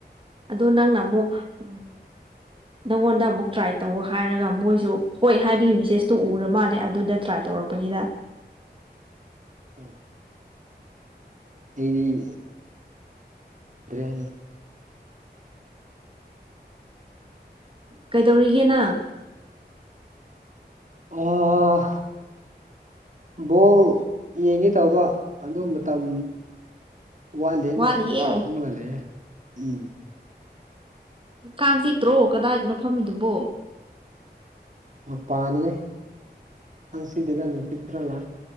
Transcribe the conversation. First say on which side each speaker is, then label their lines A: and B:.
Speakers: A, on the right; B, on the right.
A: ꯑꯗꯨ ꯅꯪꯅ ꯑꯃꯨꯛ ꯎꯝ
B: <inaudible>
A: ꯅꯪꯉꯣꯟꯗ ꯑꯃꯨꯛ ꯇ꯭ꯔꯥꯏ ꯇꯧ ꯍꯥꯏꯔꯒ ꯃꯣꯏꯁꯨ ꯍꯣꯏ ꯍꯥꯏꯕꯒꯤ ꯃꯦꯁꯦꯁꯇꯨ ꯎꯔ ꯃꯥꯜꯂꯦ ꯑꯗꯨꯗ ꯇ꯭ꯔꯥꯏ ꯇꯧꯔꯛꯄ <inaudible>
B: ꯑꯥ ꯃꯤꯗꯤ ꯀꯔꯤ ꯍꯥꯏꯅꯣ
A: ꯀꯩꯗꯧꯔꯤꯒꯦ ꯅꯪ
B: ꯑꯣ ꯕꯣꯜ ꯌꯦꯡꯒꯦ ꯇꯧꯕ ꯑꯗꯨ ꯃꯇꯝ ꯋꯥꯠꯂꯦꯅ
A: ꯋꯥꯠꯂꯤꯌꯦ
B: ꯐꯝꯃꯒ ꯂꯩꯌꯦ ꯎꯝ
A: ꯀꯥꯡ ꯆꯤꯛꯇ꯭ꯔꯣ ꯀꯗꯥꯏꯗꯅꯣ ꯐꯝꯃꯤꯗꯨꯕꯣ
B: ꯃꯄꯥꯟꯗꯅꯦ ꯀꯥꯡ ꯆꯤꯛꯇꯦꯗꯥ ꯅꯅꯨꯡꯁꯤꯠ ꯈꯔ ꯂꯥꯛꯑꯦ